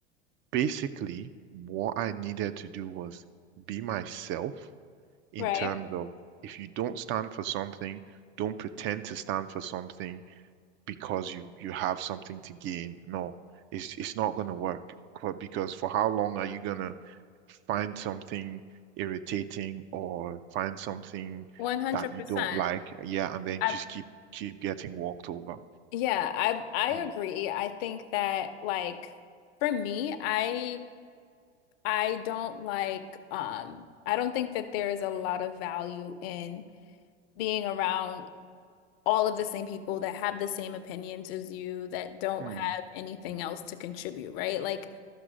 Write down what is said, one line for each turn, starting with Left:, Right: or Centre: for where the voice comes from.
Right: basically what I needed to do was be myself in
Left: Right.
Right: terms of if you don't stand for something, don't pretend to stand for something because you you have something to gain. No, it's it's not going to work. Qu- Because for how long are you going to find something irritating or find something
Left: 100%.
Right: that you don't like? Yeah, and then
Left: I
Right: just keep keep getting walked over.
Left: yeah, I I
Right: Mm.
Left: agree. I think that like for me, I I don't like um I don't think that there is a lot of value in being around all of the same people that have the same opinions as you that don't
Right: Mm.
Left: have anything else to contribute, right? Like,